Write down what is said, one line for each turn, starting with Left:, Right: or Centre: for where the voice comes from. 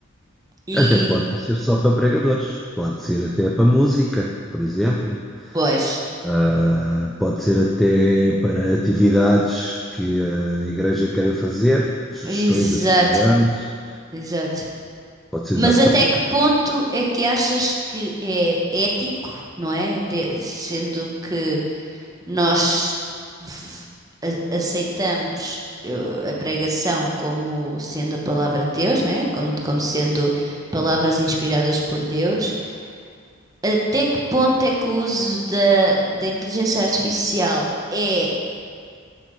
Right: E,
Centre: Até pode não ser só para pregadores, pode ser até para música, por exemplo.
Right: pois,
Centre: Ah, pode ser até para atividades que a igreja queira fazer, sugestões
Right: exato,
Centre: de atividades,
Right: exato.
Centre: pode ser
Right: Mas
Centre: usado
Right: até
Centre: para tudo.
Right: que ponto é que achas que é ético, não é? De- sendo que nós v- a- aceitamos eh, a pregação como sendo a palavra de Deus, não é? Como, como sendo palavras inspiradas por Deus. Até que ponto é que o uso da, da inteligência artificial é,